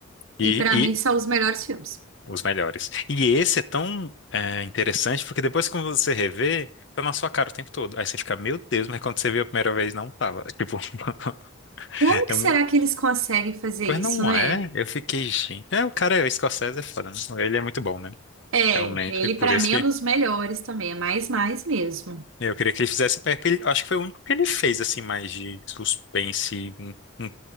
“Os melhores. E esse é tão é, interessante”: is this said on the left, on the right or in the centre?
Left